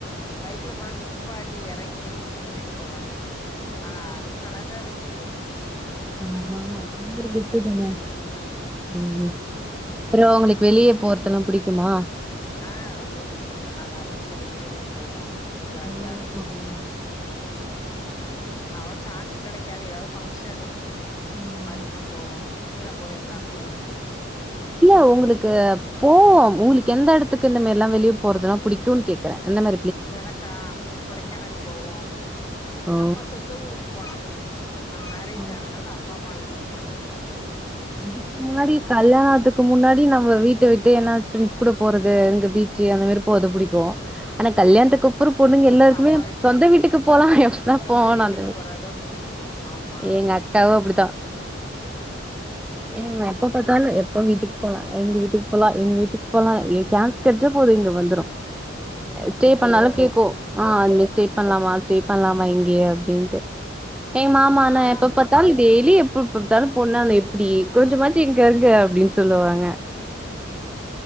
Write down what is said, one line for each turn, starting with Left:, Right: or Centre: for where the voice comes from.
Left: பைக்ல போனா நிப் பாட்டி எறங்கி நின்னு விஷ் பண்ணிட்டு போவாய்ங்க ஆனா அது நல்லாதா இருக்கு
Centre: ஆமா ஆமா அது ஒரு கெத்து தானே
Left: ம்
Centre: ம் ம் அப்றோ உங்களுக்கு வெளிய போறதெல்லா புடிக்குமா
Left: ஹன் ரொம்ப புடிக்கும் நாங்க அடிக்கடி வெளிலதா போவோம் ம்ப ஜாலியா
Centre: எங்கலா போறதுனா
Left: அவ சான்ஸ் கெடைக்காது ஏதாவது ஃபங்க்ஷன்
Centre: ம்
Left: அது மாரினா போவோம் நீங்களாம் போவீங்களா அப்டி
Centre: இல்ல உங்குளுக்கு போவோம் உங்ளுக்கு எந்த எடத்துக்கு இந்த மெரில்லா வெளிய போறதுனா புடிக்குன்னு கேக்குறேன் அந்த மா
Left: எனக்கா கொடைக்கானல் போவோ
Centre: ஓ
Left: நம்ம சொந்த ஊருக் போனா புடிக்கும் அங்க மேரேஜ்
Centre: ஆ
Left: ஆனனால நா அப்பா அம்மா வீட்டுக்கு போனா புடிக்கும்
Centre: இதுக்கு முன்னாடி கல்யாணத்துக்கு முன்னாடி நம்ப வீட்ட விட்டு என்னா ப்ரெண்ட்ஸ் கூட போறது இங்க பீச்சு அந்த மாரி போது புடிக்கும் ஆனா கல்யாணத்துக்குப்புறம்
Left: ம்
Centre: பொண்ணுங்க எல்லாருக்மே
Left: அப்றோ அம்மா
Centre: சொந்த வீட்டுக்கு போலாம் எப்ப தா
Left: சொந்த
Centre: போவோன்
Left: வீட்டுக்கு
Centre: அந்த மேர்
Left: போறதா புடிக்கு ஆமா
Centre: எங்க அக்காவும் அப்டிதா ஏங் எப்ப பாத்தாலு எப்ப வீட்டுக்கு போலாம் எங்கு வீட்டுக்கு போலான் எங்கு வீட்டுக்கு போலான் ஏ சான்ஸ் கெட்ச்சா போது இங்க வந்துரு
Left: ம்
Centre: ஸ்டே பண்ணாலு கேக்கும் ஆன் இங்க ஸ்டே பண்ணலாமா ஸ்டே பண்ணலாமா இங்கயே அப்டின்ட்டு என் மாமா
Left: நானா
Centre: ஆனா எப்ப பா த்தாலு டெய்லி எப்பப பாத்தாலு போனா எப்டி கொஞ்சம் மாச்சி இங்க இருங்க அப்டின்னு சொல்வாங்க
Left: ம்